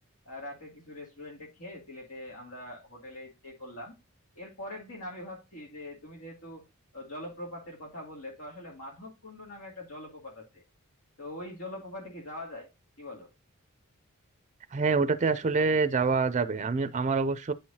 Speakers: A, on the left; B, on the right.
A: আহ, রাতে কিছু রেস্টুরেন্টে খেয়ে সিলেটে আমরা হোটেলে স্টে করলাম এর পরের দিন আমি ভাবছি যে তুমি যেহেতু আহ, জলপ্রপাতের কথা বললে তো আসলে মাধবকুণ্ড নামে একটা জলপ্রপাত আছে তো ওই জলপ্রপাতে কি যাওয়া যায় কি বলো
B: হ্যাঁ ওটাতে আসলে যাওয়া যাবে আমি আমার অবশ্য